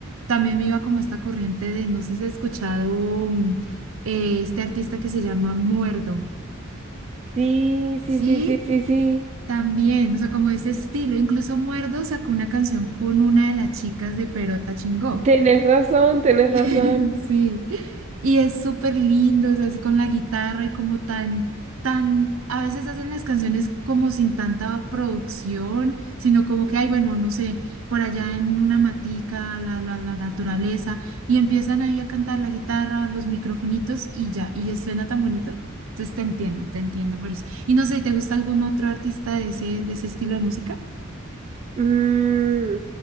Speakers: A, on the right; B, on the right.
A: también me iba como esta corriente de, no sé si has escuchado mm, eh, este artista que se llama Muerdo.
B: Sí,
A: Sí,
B: sí, sí, sí, sí, sí.
A: también, o sea, como ese estilo. Incluso Muerdo sacó una canción con una de las chicas de Perota Chingó.
B: Tenés razón, tenés
A: <laughs>
B: razón.
A: Sí, y es súper lindo, es así con la guitarra y como tan, tan, a veces hacen las canciones como sin tanta producción, sino como que, ay, bueno, no sé, por allá en una matica, la, la, la naturaleza, y empiezan ahí a cantar la guitarra, los microfonitos y ya, y ya suena tan bonito. Entonces te entiendo, te entiendo por eso. Y no sé, ¿te gusta algún otro artista de ese, de ese estilo de música?
B: Mm,